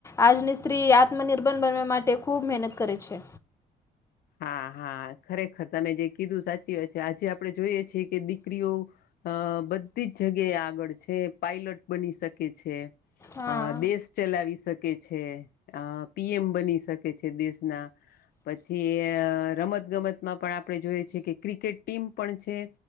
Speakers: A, on the left; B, on the left.
A: આજની સ્ત્રી આત્મનિર્ભર બનવા માટે ખૂબ મહેનત કરે છે.
B: હા હા ખરેખર તમે જે કીધું સાચી વાત છે આજે આપડણે જોઈએ છીએ કે દીકરીઓ અ બધી જ જગ્યાએ આગળ છે, પાયલટ બની શકે છે.
A: હા
B: અ દેશ ચલાવી શકે છે. અ પીએમ બની શકે છે દેશના જે રમત ગમતમાં પણ આપણે જોઈએ છેએ કે ક્રિકેટ ટીમ પણ છે.